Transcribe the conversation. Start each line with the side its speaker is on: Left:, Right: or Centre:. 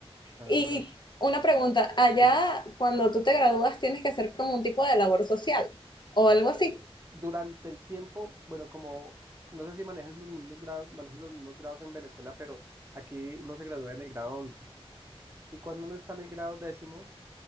Right: Ah,
Left: Y una pregunta, allá
Right: dime.
Left: cuando tú te gradúas tienes que hacer como un tipo de labor social o algo así.
Right: durante el tiempo, bueno, como no sé si manejas los mismos grados, manejas los mismos grados en Venezuela, pero aquí uno se gradúa en el grado once Y cuando uno está en el grado décimo,